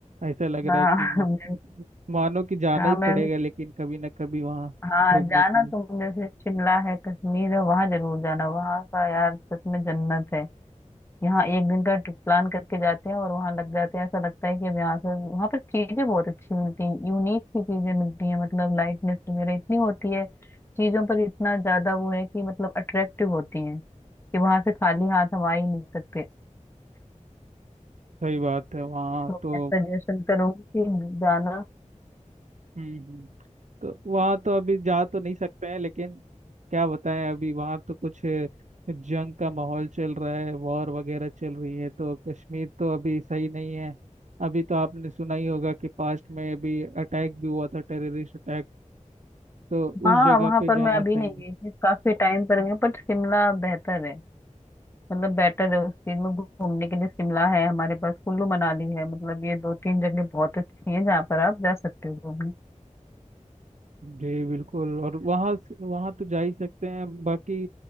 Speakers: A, on the right (about 65°); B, on the left (about 20°).
A: ऐसा लग रहा
B: हाँ
A: है कि मस्त
B: <laughs> मैं
A: मानो कि जाना
B: हाँ
A: ही
B: मैं
A: पड़ेगा लेकिन कभी ना कभी वहाँ
B: हाँ
A: घूमने
B: जाना
A: के लिए
B: तुम जैसे शिमला है कश्मीर है वहां जरूर जाना वहां का यार सच में जन्नत है यहाँ एक दिन का ट्रिप प्लान करके जाते हैं और वहां लग जाते हैं ऐसा लगता है कि अब यहाँ से वहां पर चीजें बहुत अच्छी मिलती हैं यूनिक सी चीजें मिलती हैं मतलब लाइटनेस वगैरह इतनी होती है चीजों पर इतना ज्यादा वो है कि मतलब अट्रैक्टिव होती हैं कि वहां से खाली हाथ हम आ ही नहीं सकते
A: सही बात है वहाँ
B: तो
A: तो
B: मैं सजेशन करूंगी कि जाना
A: हम्म हम्म। तो वहाँ तो अभी जा तो नहीं सकते हैं लेकिन क्या बताएं अभी वहाँ तो कुछ जंग का माहौल चल रहा है वॉर वगैरह चल रही है तो कश्मीर तो अभी सही नहीं है अभी तो आपने सुना ही होगा कि पास्ट में अभी अटैक भी हुआ था टेररिस्ट अटैक तो
B: हाँ
A: उस जगह
B: वहां
A: पे
B: पर मैं
A: जाना
B: अभी
A: सही
B: नहीं
A: नहीं
B: गई थी काफी टाइम पर गई हूँ, बट शिमला बेहतर है मतलब बेटर है उस चीज में घूमने के लिए शिमला है हमारे पास कुल्लू मनाली है मतलब ये दो तीन जगह बहुत अच्छी हैं जहाँ पर आप जा सकते हो घूमने
A: जी बिल्कुल और वहाँ से- वहाँ तो जा ही सकते हैं बाकी